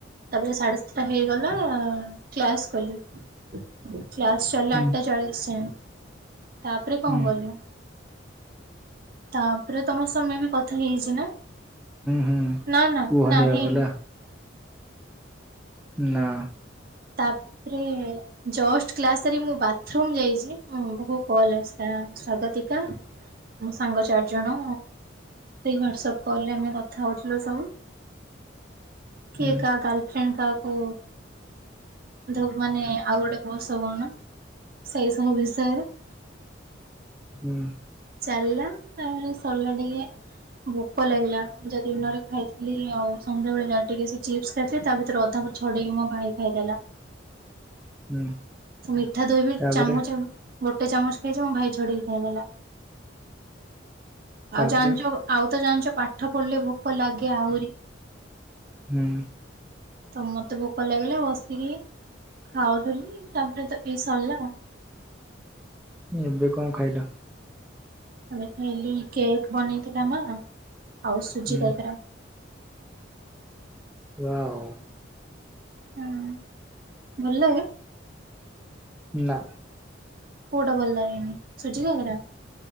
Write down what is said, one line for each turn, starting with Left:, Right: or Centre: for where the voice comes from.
Right: ତାପରେ ସାଢେ ସାତଟା ହେଇଗଲା କ୍ଲାସ୍ କଲି। କ୍ଲାସ୍ ଚାଲିଲା
Centre: ହୁଁ
Right: ଆଠଟା ଚାଳିଶି ଯାଏ ତାପରେ କଣ
Centre: ହୁଁ
Right: କଲି? ତାପରେ ତମସ ମେବି କଥା ହେଇଚିନା
Centre: ହୁଁ
Right: ନା ନା
Centre: କୁହନି
Right: ନା
Centre: ଆଉ
Right: ହେଇନି?
Centre: ହେଲା ନାଁ।
Right: ତାପରେ ଯଷ୍ଟ କ୍ଲାସ୍ ସାରି ମୁଁ ବାଥରୁମ୍ ଯାଇଚି ମୋ ମୁଣ୍ଡକୁ କଲ୍ ଆସିଲା ସ୍ଵାଗତିକା ମୋ ସାଙ୍ଗ ଚାରି ଜଣ ସେଇ ହ୍ଵାଟ୍ସଆପ୍ କଲରେ ଆମେ କଥା ହଉଥିଲୁ ସବୁ। କିଏ
Centre: ହୁଁ
Right: କାହା ଗର୍ଲଫ୍ରେଣ୍ଡ କାହାକୁ ଧକ୍ ମାନେ ଆଉ ଗୋଟେ ବସ କଣ ସେଇ ସବୁ ବିଷୟରେ
Centre: ହୁଁ।
Right: ଚାଲିଲା ତାପରେ ସରିଲାଟିକେ ଭୋକ ଲାଗିଲା ଯାଦିନରେ ଖାଇଥିଲ ଆଉ ସନ୍ଧ୍ୟାବେଳେ ଯାଟିକେସେ ଚିପ୍ସ ଖାଇଥିଲି ତାଭିତରେ ଅଧା ଛଡ଼େଇକି ମୋ ଭାଇ ଖାଇଦେଲା
Centre: ହୁଁ
Right: ସେ ମିଠା ଦହିବି
Centre: ତାପରେ
Right: ଚାମଚ୍ ଗୋଟେ ଚାମଚ୍ ଖାଇଚି ମୋଭାଇ ଛଡ଼େଇକି ଖାଇଦେଲା।
Centre: ତାପରେ
Right: ଆଉ ଜାଣିଚ ଆଉତ ଜାଣିଚ ପାଠ ପଢିଲେ ଭୋକ ଲାଗେ ଆହୁରି
Centre: ହୁଁ।
Right: ତ ମତେ ଭୋକ ଲାଗିଲା ବସିକି ଖାଉଥିଲି ତାପରେତ ଏଇ ସରିଲା ଆଉ।
Centre: ଏବେ କଣ ଖାଇଲ?
Right: ଏବେ ଖାଇଲି କେକ୍ ବନେଇଥିଲା ମା ଆଉ ସୁଜି
Centre: ହୁଁ
Right: କାକରା।
Centre: ୱାଓ।
Right: ହୁଁ ଭଲଲାଗେ?
Centre: ନାଁ।
Right: କୋଉଟା ଭଲଲାଗେନି ସୁଝି କାକରା?